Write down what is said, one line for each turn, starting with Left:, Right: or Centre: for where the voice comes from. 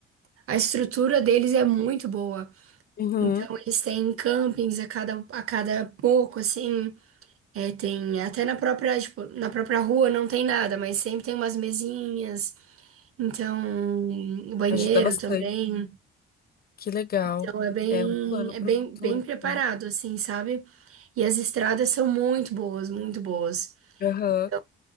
Right: a estrutura deles é muito boa.
Left: Uhum.
Right: Então eles têm campings a cada, a cada pouco, assim. É, tem até na própria, tipo, na própria rua não tem nada, mas sempre tem umas mesinhas, então, o banheiro
Left: Ajuda bastante.
Right: também.
Left: Que legal.
Right: Então é bem,
Left: É um plano
Right: é
Left: para
Right: bem,
Left: o futuro
Right: bem preparado,
Left: também.
Right: assim, sabe? E as estradas são muito boas, muito boas.
Left: Aham.
Right: Então,